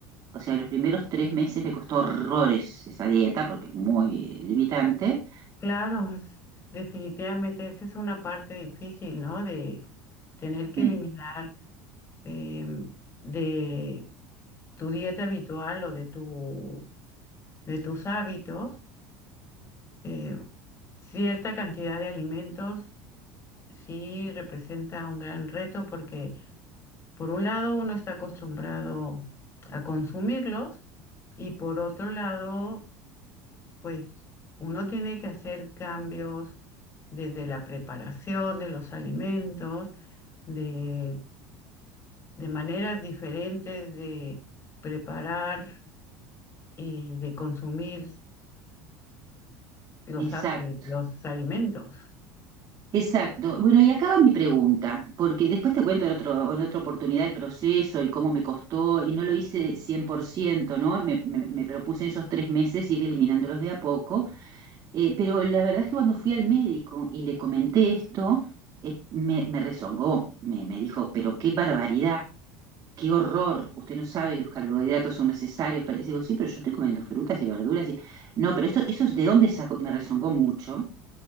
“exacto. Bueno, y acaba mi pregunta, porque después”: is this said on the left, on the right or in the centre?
Right